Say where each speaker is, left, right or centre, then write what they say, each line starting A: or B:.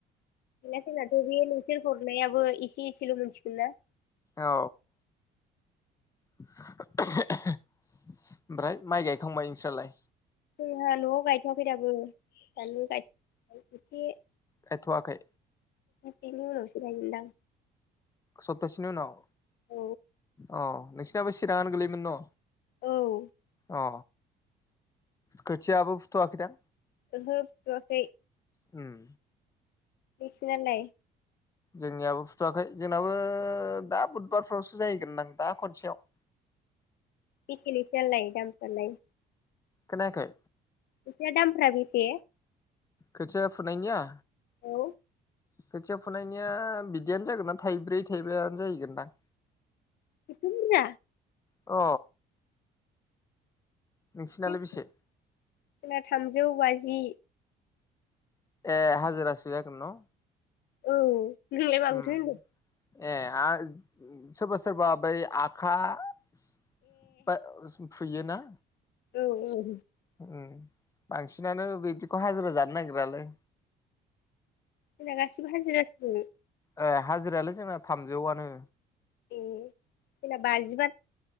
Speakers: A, on the left; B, on the left.
A: गैला जोंनाथ' बे नोंसोर हरनायाबो इसे इसेल' मोनसिगोन ना?
B: औ औ। ओमफ्राय माइ गायखांबाय नोंस्रालाय?
A: जोंहा न'आव गायथ'वाखै दाबो बानलु गायदों एसे
B: थायथ'वाखै?
A: इनि उनावसो गायगोनदां
B: सपतासेनि उनाव?
A: औ
B: अ नोंसिनाबो चिरांङानो गोलैयोमोन न'?
A: औ ओहो
B: अ। खोथियाबो फुथ'आखैदां?
A: ओहो फुवाखै।
B: उम।
A: नोंसिनालाय?
B: जोंनियाबो फुथ'वाखै जोंनाबो दा बुधबारफ्रावसो जाहैगोन दां दा खनसेयाव। <inaudible>
A: बेसे नोंसिनियालाय दामफ्रालाय?
B: खोनायाखै?
A: फैसाया दामफ्रा बेसे?
B: खोथिया फुनायनिया?
A: औ।
B: खोथिया फुनायनिया बिदियानो जागोन दां थाइब्रै थाइबायानो जाहैगोनदां।
A: एथ' बुर्जा?
B: अ। नोंसिनालाय
A: जोंना
B: बेसे
A: थामजौ बाजि।
B: ए हाजिरासो जागोन न'?
A: औ नोंलाय माखौथो
B: उम
A: होनदों?
B: ए आ सोरबा-सोरबा बै आखा <unintelligible> फुयोना?
A: औ-औ।
B: उम बांसिनानो बिदिखौ हाजिरा जानो नागिरालै।
A: जोंना गासिबो हाजिरा फुयो।
B: ए हाजिरायालाय जोंना थामजौआनो।
A: ए जोंना बाजि बारा।